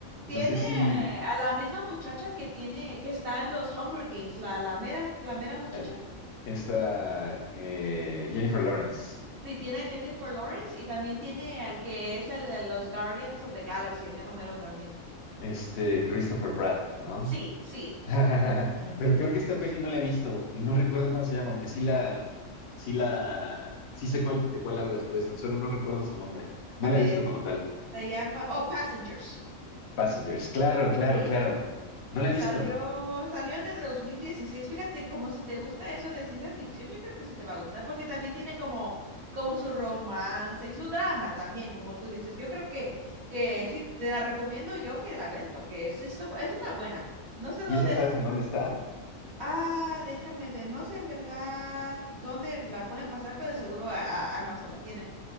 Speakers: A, on the right; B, on the left.
A: Tiene
B: No sé si
A: eh, a la misma muchacha que tiene, que está en los Hunger Games, la, la mera, la mera muchacha.
B: eh, esta eh, Jennifer Lawrence,
A: Sí, tiene a Jennifer Lawrence y también tiene al que es el de los Guardians of the Galaxy, el mero mero también.
B: este Christopher Pratt, ¿no?
A: Sí, sí.
B: <laughs> Pero creo que esta peli no la he visto y no recuerdo cómo se llama, aunque sí la, sí la, sí sé cuál, de cuál hablas, pues solo no recuerdo su nombre. No
A: A
B: la
A: ver,
B: he visto como tal.
A: se llama, oh, Passengers.
B: Passengers, claro, claro,
A: Sí.
B: claro. No la he
A: Salió,
B: visto.
A: salió en el 2016. Fíjate, como si te gusta eso de ciencia ficción, yo creo que sí te va a gustar, porque también tiene como, como su romance y su drama también, como tú dices. Yo creo que, que sí, te la recomiendo yo que la veas, porque es, es, es una buena. No sé dónde
B: ¿Y esa sabes en dónde está?
A: Ah, déjame ver, no sé en verdad dónde la pueden pasar, pero seguro a, a- Amazon la tiene.